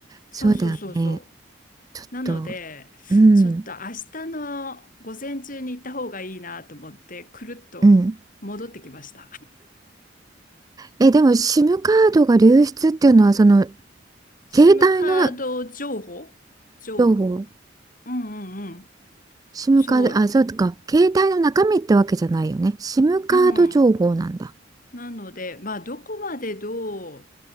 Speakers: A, on the left; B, on the right.
A: そうそうそうそ
B: そうだよねちょっと
A: う。なので、
B: うん
A: ちょっと明日の午前中に行った方がいいなと思って、くるっと戻ってきました。
B: うんえでも SIM カードが流出っていうのはその
A: SIM
B: 携帯の
A: カード情報情報。
B: 情報
A: うんうんうん。
B: SIM
A: そう。
B: カード、あ、そうか。携帯の中身ってわけじゃないよね。SIM カード情報なんだ。
A: うん。なので、まあ、どこまでどう